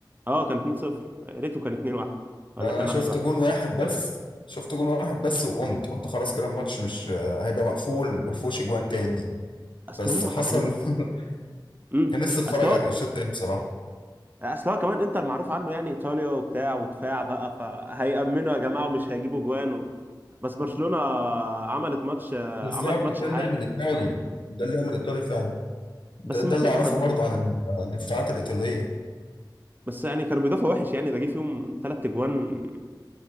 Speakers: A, on the right; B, on the left.
A: اه كان 2 0 ريتو كان 2 1 ولا
B: انا
A: كان
B: شفت
A: 1 1
B: جون واحد بس شفت جون واحد بس وقمت قلت خلاص كده الماتش مش آه، هيبقى مقفول ما فيهوش اجوان تاني
A: اصل
B: بس
A: هم
B: حصل
A: يعني هو
B: <laughs>
A: امم
B: كان لسه اتفرج
A: اصل هو
B: على الشوط التاني بصراحه
A: اصل هو كمان انتر معروف عنه يعني ايطاليا وبتاع ودفاع بقى فهيأمنوا يا جماعة ومش هيجيبوا جوان و... بس برشلونة عملت ماتش آه،
B: بالظبط
A: عملت ماتش
B: ده
A: حاد
B: اللعب الايطالي ده اللعب الايطالي فعلا ده
A: بس
B: ده
A: ما
B: اللي
A: في
B: اعرفه برضه
A: <laughs>
B: عن الدفاعات الايطاليه
A: بس يعني كانوا بيدافعوا وحش يعني ده جه فيهم ثلاث اجوان